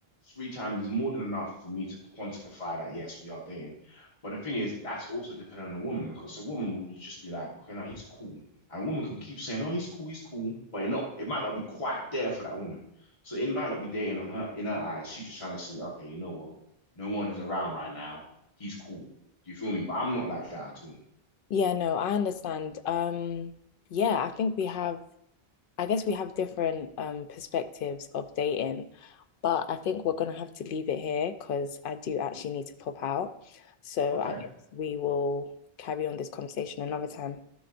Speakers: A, on the left (about 30°); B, on the left (about 65°).
A: three times is more than enough for me to quantify that yes, we are dating. But the thing is, that's also dependent on a woman because a woman will just be like, okay, now he's cool. And a woman can keep saying, oh, he's cool, he's cool, but it not it might not be quite there for that woman. So it might not be dating on her in her eyes. She's just trying to see, okay, you know what? No one is around right now. He's cool. Do you feel me? But I'm not like that at all.
B: Yeah, no, I understand. Um, yeah, I think we have I guess we have different um perspectives of dating, but I think we're gonna have to leave it here because I do actually need to pop out. So
A: Okay,
B: I guess we will carry on this conversation another time.